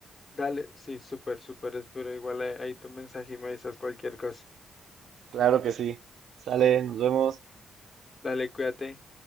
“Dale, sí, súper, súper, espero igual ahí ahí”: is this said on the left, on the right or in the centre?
Left